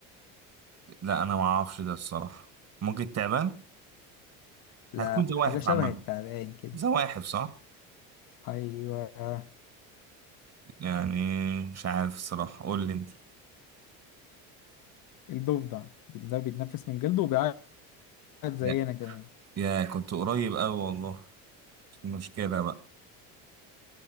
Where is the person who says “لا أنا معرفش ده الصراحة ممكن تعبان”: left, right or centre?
Right